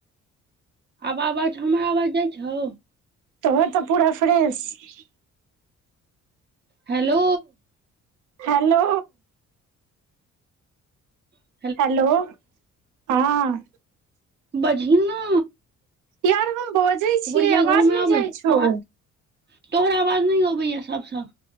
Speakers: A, on the right (about 35°); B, on the right (about 85°).
A: आब आवाज हमर आवाज जाइ छौ
B: तोहर तऽ पूरा फ्रेश छौ
A: हेलो
B: हेलो
A: ह
B: हेलो हँ
A: बजहिन ने
B: यार हम बजै
A: पुबरिया
B: छियै आवाज
A: घर मे
B: नहि
A: आबै
B: जाइ छौ
A: आवाज तोहर आवाज नहि अबैया सभ सँ